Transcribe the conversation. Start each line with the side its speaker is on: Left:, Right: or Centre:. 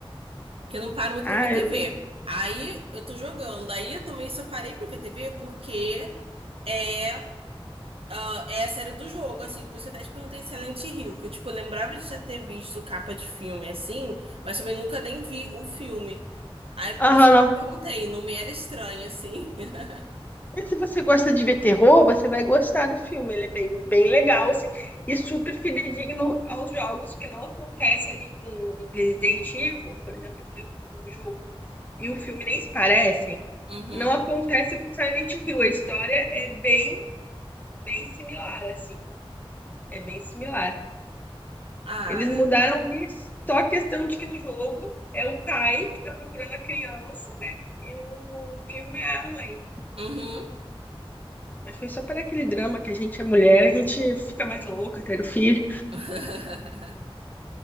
Right: Porque eu não paro muito
Left: Ah,
Right: pra ver TV.
Left: eu
Right: Aí eu tô jogando. Aí eu também só parei pra ver TV porque é, ah, é a série do jogo, assim. Por isso que eu até te perguntei Silent Hill, que eu, tipo, lembrava de já ter visto capa de filme assim, mas também nunca nem vi o filme. Aí por
Left: Aham,
Right: isso que
Left: não.
Right: eu te perguntei, não me era estranho, assim. <laughs>
Left: E Se você gosta de ver terror, você vai gostar do filme. Ele é bem, bem legal, assim, e super fidedigno aos jogos que não acontece ali com Resident Evil, por exemplo, que o jogo e o filme nem se parecem.
Right: Uhum.
Left: Não acontece com Silent Hill. A história é bem, bem similar, assim. É bem similar.
Right: Ah,
Left: Eles mudaram ali só a questão de que no jogo é o pai que está procurando a criança, né? E no filme é a mãe.
Right: uhum.
Left: Mas foi só para aquele drama que a gente é mulher, a gente fica mais louca, ter o filho.
Right: <laughs>